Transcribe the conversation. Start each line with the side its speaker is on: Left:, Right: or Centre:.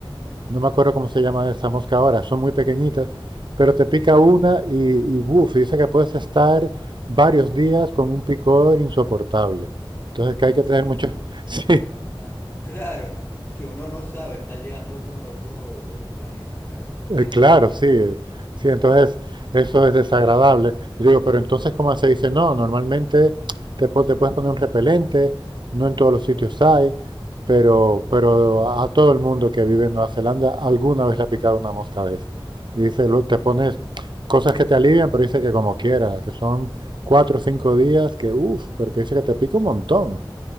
Right: no me acuerdo cómo se llama esa mosca ahora, son muy pequeñitas,
Left: Ah,
Right: pero te
Left: así,
Right: pica una y, y buf, dice que puedes estar varios días con un picor insoportable. Entonces
Left: así.
Right: que
Left: ah,
Right: hay que tener mucho,
Left: sí,
Right: <laughs>
Left: ah.
Right: sí,
Left: ah. Claro, que, que uno no sabe, está llegando otro, otro planeta casi.
Right: Eh,
Left: <laughs>
Right: claro, sí, eh, sí, entonces eso es desagradable. Yo Digo, pero entonces, ¿cómo se dice? No, normalmente te, po- te puedes poner un repelente, no en todos los sitios hay, pero, pero a todo el mundo que vive en Nueva Zelanda alguna vez le ha picado una mosca de esa. Y dice, lo- te
Left: Ah,
Right: pones cosas que te alivian, pero dice que como quiera, que son cuatro o cinco días, que uff, pero que dice que te pica un montón.